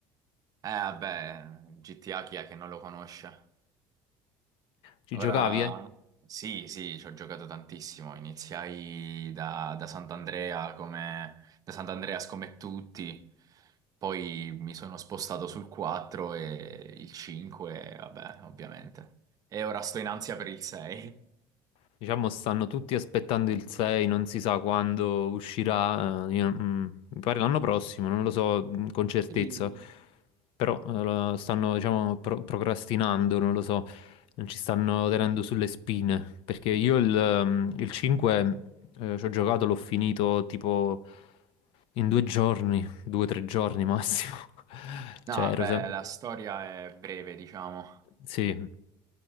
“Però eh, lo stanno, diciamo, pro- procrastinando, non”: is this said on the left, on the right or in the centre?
Left